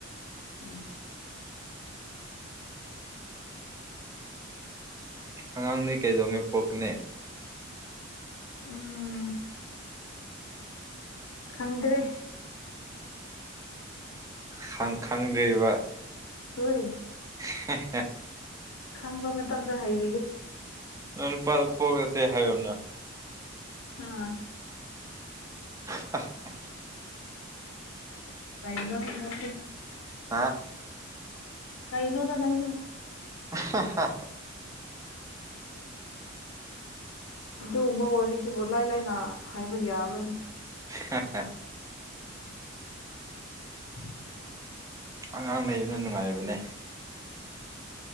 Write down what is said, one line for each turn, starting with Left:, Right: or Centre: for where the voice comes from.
Left: ꯎꯝ
Right: ꯑꯉꯥꯡꯗꯤ ꯀꯩꯗꯧꯉꯩ ꯄꯣꯛꯀꯅꯦ
Left: ꯎꯝ ꯈꯪꯗ꯭ꯔꯦ
Right: ꯈꯪ ꯈꯪꯗ꯭ꯔꯤꯕ
Left: ꯍꯣꯏ
Right: ꯍ‌ꯦ ꯍ‌ꯦ
Left: ꯈꯪꯕ ꯃꯇꯝꯗ ꯍꯥꯏꯕꯤꯒꯦ
Right: ꯅꯪ ꯅꯨꯄꯥꯗ ꯄꯣꯛꯂꯁꯦ ꯍꯥꯏꯌꯨꯅ
Left: ꯍꯥ
Right: <unintelligible>
Left: ꯀꯩꯩꯅꯣ ꯍ‌ꯦ
Right: ꯍꯥ
Left: ꯀꯩꯩꯅꯣꯗ ꯅꯪꯁꯨ
Right: <unintelligible>
Left: ꯑꯗꯨꯒꯨꯝꯕ ꯋꯥꯔꯤꯗꯨꯕꯨ ꯂꯥꯏ ꯂꯥꯏꯅꯥ ꯍꯥꯏꯕ ꯌꯥꯕ꯭ꯔꯅꯤ
Right: <unintelligible>
Left: <inaudible>
Right: ꯑꯉꯥꯡ ꯂꯩꯕꯅ ꯅꯨꯡꯉꯥꯏꯕꯅꯦ